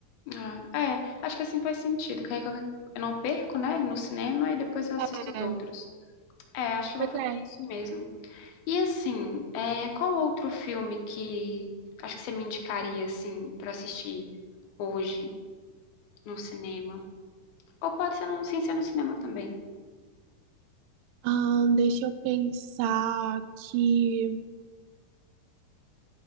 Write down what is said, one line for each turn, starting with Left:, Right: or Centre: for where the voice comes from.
Left: Ah, é, acho que assim faz sentido. Que aí que eu eu não perco, né, ele no cinema e depois eu assisto
Right: É,
Left: os outros. É, acho que
Right: pois
Left: eu vou fazer
Right: é.
Left: isso mesmo. E assim, é, qual outro filme que acho que você me indicaria assim para assistir hoje no cinema? Ou pode ser no, sem ser no cinema também.
Right: Ahn, deixa eu pensar que.